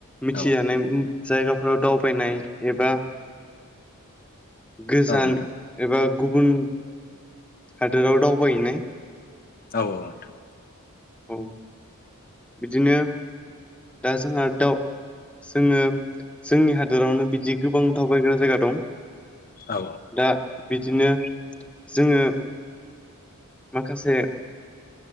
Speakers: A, in the centre; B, on the left.
A: मिथिजानाय
B: औ
A: जायगाफोराव दावबायनाय एबा गोजान
B: औ नोंथां
A: एबा गुबुन हादोराव दावबायहैनाय
B: औ औ नोंथां
A: औ बिदिनो दा जोंहा दाउ जोङो जोंनि हादोरावनो बिदि गोबां दावबायग्रा जायगा दं
B: औ
A: दा बिदिनो जोङो माखासे